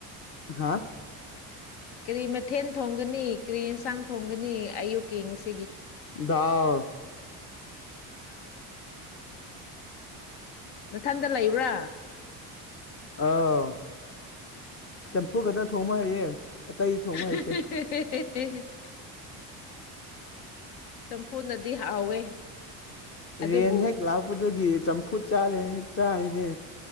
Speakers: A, on the left (about 35°); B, on the left (about 75°).
A: ꯍꯥ
B: ꯀꯔꯤ ꯃꯊꯦꯜ ꯊꯣꯡꯒꯅꯤ ꯀꯔꯤ ꯌꯦꯟꯁꯥꯡ ꯊꯣꯡꯒꯅꯤ ꯑꯌꯨꯛꯀꯤ ꯌꯦ
A: ꯗꯥꯜ
B: <inaudible> ꯅꯊꯟꯗ ꯂꯩꯕ꯭ꯔꯥ
A: ꯑꯥꯎ ꯆꯝꯐꯨꯠ ꯈꯛꯇ ꯊꯣꯡꯕ ꯍꯩꯌꯦ ꯑꯇꯩ ꯊꯣꯡꯕ
B: <unintelligible>
A: ꯍꯩꯇꯦ
B: ꯆꯝꯐꯨꯠꯅꯗꯤ ꯍꯥꯎꯋꯦ ꯑꯗꯨꯕꯨ
A: ꯔꯦꯟ ꯍꯦꯛ ꯂꯥꯛꯄꯗꯒꯤ ꯆꯝꯐꯨꯠ ꯆꯥꯔ ꯆꯥꯔꯤꯅꯦ